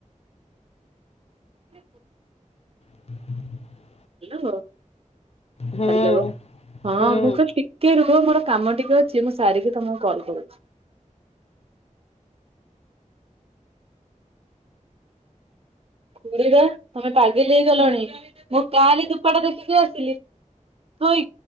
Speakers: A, on the right; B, on the left.
A: <inaudible>
B: <inaudible>
A: ହେଲୋ
B: ହୁଁ
A: ହାଲୋ ହଁ
B: ହୁଁ।
A: ମୁଁ କଇଲି ଟିକ୍। ଟିକେ ରୁହ ମୋର କାମ ଟିକେ ଅଛି ମୁଁ ସାରିକି ତମକୁ କଲ୍ କରୁଛି। ପୁରିବା ତମେ ପାଗେଲି ହେଇ ଗଲଣି ମୁଁ କାଲି ଦୁପାଟା ଦେକିକି ଆସିଲି। ତୁଈ।